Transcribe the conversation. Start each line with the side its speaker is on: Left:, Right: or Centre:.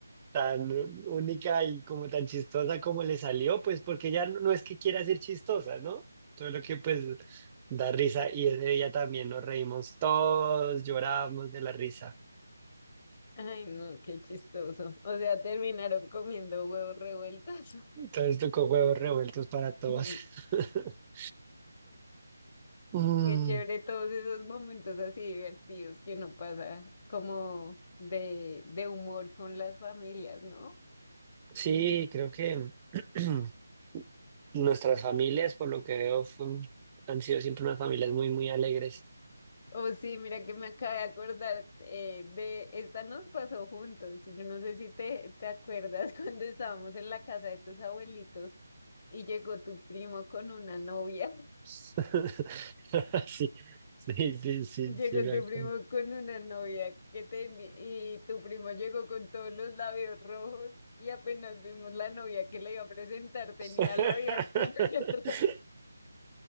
Right: tan única y como tan chistosa como le salió, pues porque ya no, no es que quiera ser chistosa, ¿no? todo lo que pues da risa y ese día también nos reímos todos, llorábamos de la risa.
Left: Ay, no, qué chistoso. O sea, terminaron comiendo huevos revueltos.
Right: Entonces tocó huevos revueltos para todos.
Left: <laughs>
Right: <laughs> Mm,
Left: Qué chévere todos esos momentos así divertidos que uno pasa como de, de humor con las familias, ¿no?
Right: sí, creo que <clears throat> nuestras familias, por lo que veo, fue- han sido siempre unas familias muy, muy alegres.
Left: Oh, sí, mira que me acabé de acordar eh, de esta nos pasó juntos. Yo no sé si te, te acuerdas <laughs> cuando estábamos en la casa de tus abuelitos y llegó tu primo con una novia.
Right: <laughs> Sí, sí, sí, sí,
Left: Llegó
Right: sí, me
Left: tu
Right: acuerdo.
Left: primo con una novia que tenía y tu primo llegó con todos los labios rojos y apenas vimos la novia que le iba a presentar tenía
Right: <laughs>
Left: labial súper <laughs> rojo.